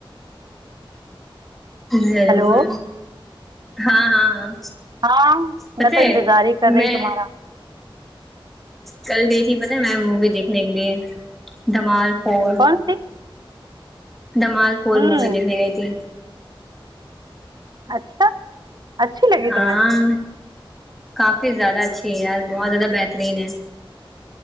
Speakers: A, in the centre; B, on the right.
A: ضرور
B: ہیلو
A: ہاں ہاں ہاں
B: ہاں
A: پتہ
B: میں
A: ہے
B: تو انتظار ہی کر رہی
A: میں
B: ہ تمہارا
A: کل گئی تھی پت ہے میں مووی دیکھنے کے لیے دھمال فور
B: کون سی
A: دھمال فور
B: ہوں
A: مووی دیکھنے گئی تھی
B: اچھا اچھی لگی
A: ہاں
B: تمہیں
A: کافی زیادہ اچھی ہے یار بہت زیادہ بہترین ہے